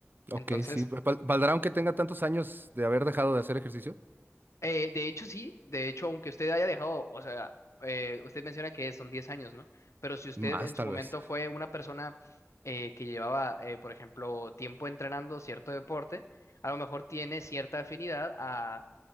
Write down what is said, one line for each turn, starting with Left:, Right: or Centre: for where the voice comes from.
Right: ok,
Left: Entonces,
Right: sí. ¿Val- ¿Valdrá aunque tenga tantos años de haber dejado de hacer ejercicio?
Left: Eh, de hecho, sí, de hecho, aunque usted haya dejado, o sea, eh, usted menciona que son 10 años, ¿no? Pero si usted
Right: Más,
Left: en
Right: tal
Left: su momento
Right: vez.
Left: fue una persona eh, que llevaba, eh, por ejemplo, tiempo entrenando cierto deporte, a lo mejor tiene cierta afinidad a,